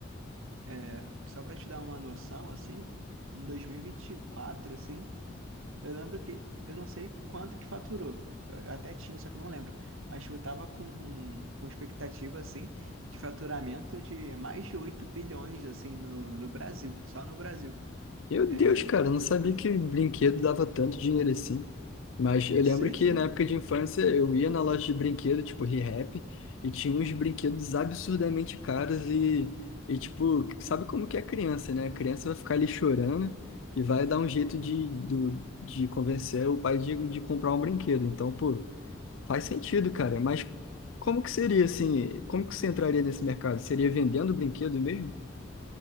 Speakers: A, on the right; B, on the left.
A: É, só para te dar uma noção, assim, em dois mil e e vinte e quatro assim, eu lembro que eu não sei quanto que faturou. Eu até tinha, só que eu não lembro. Mas eu tava com, com expectativa, assim, de faturamento de mais de 8 bilhões, assim, no, no Brasil, só no Brasil.
B: Meu
A: É,
B: Deus, cara, eu não sabia que brinquedo dava tanto dinheiro assim. Mas eu lembro
A: sim,
B: que
A: sim.
B: na época de infância eu ia na loja de brinquedo, tipo Rehap, e tinha uns brinquedos absurdamente caros e, e tipo, sabe como que é criança, né? A criança vai ficar ali chorando e vai dar um jeito de, do, de convencer o pai de, de comprar um brinquedo. Então, pô, faz sentido, cara. Mas como que seria assim? Como que você entraria nesse mercado? Seria vendendo brinquedo mesmo?